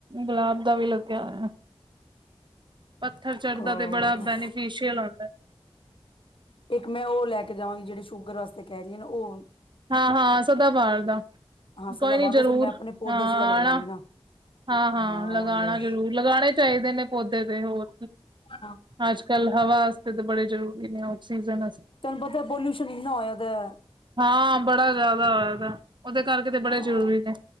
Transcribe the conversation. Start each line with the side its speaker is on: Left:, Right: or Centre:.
Right: ਗੁਲਾਬ ਦਾ ਵੀ ਲੱਗੇਆ ਹੋਏਆ। ਪੱਥਰ ਚਟਦਾ
Left: ਹੋਰ
Right: ਤੇ ਬੜਾ ਬੈਨੀਫੀਸ਼ਲ ਆ।
Left: ਇੱਕ ਮੈਂ ਓ ਲੈ ਕੇ ਜਾਵਾਂਗੀ ਜੇੜੇ ਸ਼ੂਗਰ ਵਾਸਤੇ ਕੈ ਰਈ ਆ ਨਾ ਓ
Right: ਹਾਂ-ਹਾਂ ਸਦਾ ਬਾਰ ਦਾ,
Left: ਹਾਂ
Right: ਕੋਈ
Left: ਸਦਾਬਹਾਰ
Right: ਨੀ ਜਰੂਰ,
Left: ਦਾ ਫਿਰ ਮੈਂ ਆਪਣੇ ਪੌਦੇ
Right: ਹਾਂ
Left: ਚ ਲਗਾ
Right: ਆਣਾ
Left: ਲਾਂਗੀ ਨਾ
Right: ਹਾਂ-ਹਾਂ
Left: ਹਾਂ
Right: ਲਗਾਣਾ
Left: ਆਵਾਂਗੇ।
Right: ਜ਼ਰੂਰ ਲਗਾਣੇ ਚਾਈਦੇ ਨੇ ਪੌਦੇ ਤੇ ਹੋਰ
Left: ਹਾਂ।
Right: ਅੱਜ-ਕੱਲ ਹਵਾ ਆਸਤੇ ਤਾਂ ਬੜੇ ਜਰੂਰੀ ਨੇ ਆਕਸੀਜਨ
Left: ਧਾਨੂੰ ਪਤਾ ਪਲਊਸ਼ਨ ਈਨਾ ਹੋਏਆ ਦੇਆ।
Right: ਹਾਂ ਬੜਾ ਜਾ਼ਦਾ ਹੋਏਆ ਪੇਆ, ਓਦੇ ਕਰਕੇ ਤੇ
Left: ਹਾਂ
Right: ਬੜੇ ਜ਼ਰੂਰੀ ਨੇ।